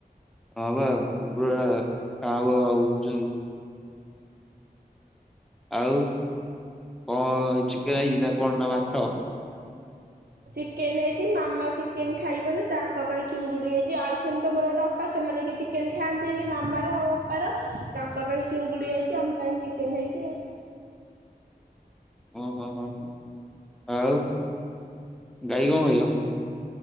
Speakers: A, in the centre; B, on the right (about 80°).
A: ହଁ ବା କୁକୁର କା କାଉ ଆଉ ଚନ୍ତି। ଆଉ କଣ ଚିକେନ୍ ହେଇଚି ନା କଣ ନା ମାଛ?
B: ଚିକେନ୍ ହେଇଚି। ମାମା ଚିକେନ୍ ଖାଇବନି ତାଙ୍କ ପାଇଁ ଚୁଙ୍ଗୁଡି ହେଇଚି। ଆଇସନ ତୋ ମୋର ଗୋଟେ ଅପା ସେମାନେ କିଛି ଚିକେନ୍ ଖାଆନ୍ତିନି ମାମାର ଆଉ ଅପାର ତାଙ୍କ ପାଇଁ ଚିଙ୍ଗୁଡି ହେଇଚି ଆମ ପାଇଁ ଚିକେନ୍ ହେଇଚି ଆଉ।
A: ଓହୋ ହଁ, ହଁ ଆଉ ଗାଈ କଣ <unintelligible>